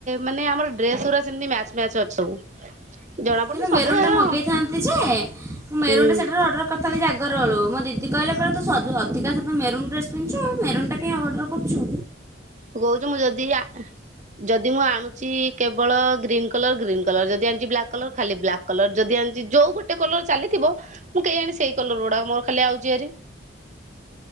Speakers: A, on the right; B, on the right.
A: ମାନେ ଆମର ଡ୍ରେସ ଗୁରା ସେମତି ମ୍ୟାଚ ମ୍ୟାଚ ଅଛି ସବୁ। ଜଣା ପଡୁନି
B: କିନ୍ତୁ ମେରୁନ୍
A: ସବୁ ଏବେ
B: ଟା ମଗେଇଥାନ୍ତି ଯେ
A: ହୁଁ
B: ମେରୁନ୍ ଟା ସେଟାରୁ ଅଡ଼ର୍ ତଥାପି ଜାଗର ବେଳୁ ମୋ ଦିଦି କହିଲା କହିଲା ତୁ ଅଧିକାଶ ତ ମେରୁନ୍ ଡ୍ରେସ ପିନ୍ଧୁଚୁ ମେରୁନ୍ ଟା କଇଁ ଅର୍ଡର କରୁଚୁ?
A: ତୁ କହୁଚୁ ମୁଁ ଯଦି ଜା ଯଦି ମୁଁ ଆଣୁଚି କେବଳ ଗ୍ରୀନ୍ କଲର ଗ୍ରୀନ୍ କଲର ଯଦି ଆଣୁଚି ବ୍ଲାକ୍ କଲର ଖାଲି ବ୍ଲାକ୍ କଲର ଯଦି ଆଣିଚି ଯୋଉ ଗୋଟେ କଲର ଚାଲିଥିବ ମୁଁ କେଇଜାଣି ସେଇ କଲର ଗୁଡାକ ମୋର ଖାଲି ଆଉଚି ହାରି।